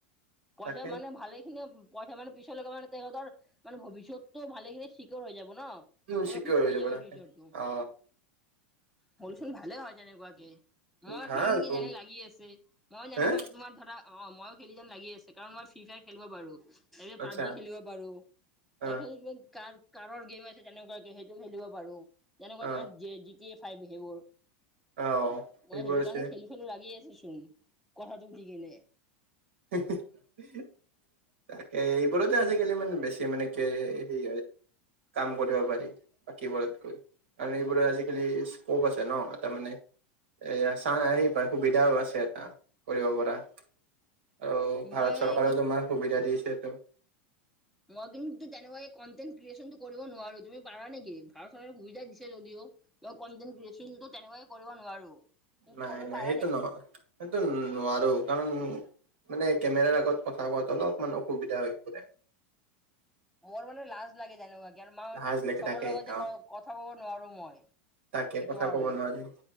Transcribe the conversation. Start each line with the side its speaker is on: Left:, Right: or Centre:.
Centre: পইচা
Right: তাকে
Centre: মানে ভালে খিনি- পইচা মানে পিছৰলৈ লগে মানে তেখেতৰ মানে ভৱিষ্যতটো ভালেখিন চিকিয়ৰ হৈ যাব ন।
Right: উম
Centre: সোৰক্ষিত
Right: চিকিয়ৰ
Centre: হৈ যাব
Right: তাকে
Centre: ভিডিঅটো
Right: অ
Centre: ফলিওচোন ভালে হয় তেনেকুৱা কে। মই
Right: ভাল
Centre: খেলিম
Right: ব
Centre: যেন লাগি আছে মই যেনেকুৱা
Right: হে
Centre: তোমাৰ ধৰা- অ মইো খেলি যেন লাগি আছে কাৰণ মই ফ্ৰী ফায়াৰ খেলিব পাৰো। এই যে
Right: আচ্ছা
Centre: পাবজি খেলিব পাৰো তাৰ
Right: অ
Centre: পিছত- কাৰ কাৰৰ গেম আছে তেনেকুৱাকে সেইটো খেলিব পাৰো তেনেকুৱা
Right: অ
Centre: তোমাৰ জি জি কে এফ। সেইবোৰ
Right: অ
Centre: মই
Right: এইবোৰ
Centre: সেইটো
Right: আছে
Centre: কাৰণে খেলি খেলো লাগি আছে চোন কথাটো সুধি কিনে।
Right: <unintelligible> তাকে এইবোৰতে আজিকালি ইমান বেছি মানে কি হেৰি হয়। কাম কৰিব পাৰি বাকীবোৰতকৈ। কাৰ এইবোৰত আজিকালি স্কপ আছে ন তাৰ মানে- এয়া চাই পা সুবিধা আছে এটা। কৰিব পৰা আৰু
Centre: মই
Right: ভাৰত চৰকাৰেও
Centre: কিন
Right: তোমাৰ সুবিধা দিছে তো।
Centre: মই কিন্তু তেনেকুৱা কনটেন ক্ৰিয়েচনটো কৰিব নোৱাৰো তুমি পাৰা নেকি ভাৰত চৰকাৰ সুবিধা দিছে যদিও। কনটেন ক্ৰিয়েচনটো তেনেকুৱে কৰিব নোৱাৰো। তুমি
Right: নাই
Centre: কৰিব
Right: নাই
Centre: পাৰা
Right: সেইটো
Centre: নেকি?
Right: নহয় সেইটো নোৱাৰ কাৰণ- মানে কেমেৰাৰ আগত কথা কোৱাটো অলপ মান অসুবিধা হৈ পৰে।
Centre: মোৰ মানে লাজ লাগে তেনেকুৱা কে আৰু মই
Right: লাজ লাগি
Centre: চবৰ
Right: থাকে
Centre: লগতে
Right: অ
Centre: কথা কব নোৱাৰো মই।
Right: তাকে
Centre: সেইটো
Right: কথা
Centre: কাৰণে
Right: ক'ব নোৱাৰি।